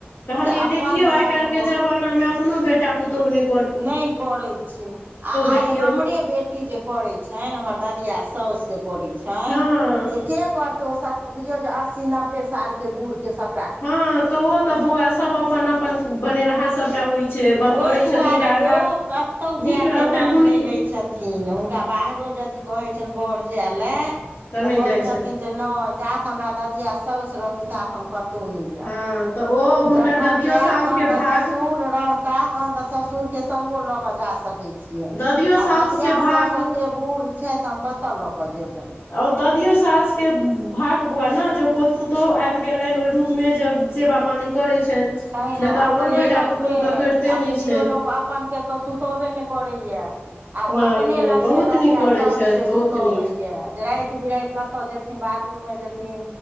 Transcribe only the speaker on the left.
कहलियै
देखियौ
आइ काल्हिके जमानामे अपनो बेटा पुतहुने
देखियौ
हँ
हँ तो ओ तऽ बौआ सब अपन अपन बनेलहा सबटा होइ छै
करैत
छथिन तऽ
आगाँ
नीक
रहतनि
हुनके
नहि
जाइ
छै
हँ तऽ ओ हुनकर
ददियो
साउसके
भाग
ददियो साउसके
भाग
आ ओ दऽ दियौ सासके भाग बौआ ने जे पोत पुतहु आबि गेलनि ओहि रूपमे जब सेवा पानी करैत छनि
नहि तऽ
अपन बेटा
पुतहु तऽ करिते
नहि
छै
नहि
नहि
बहुत
नीक करै
छथि बहुत
नीक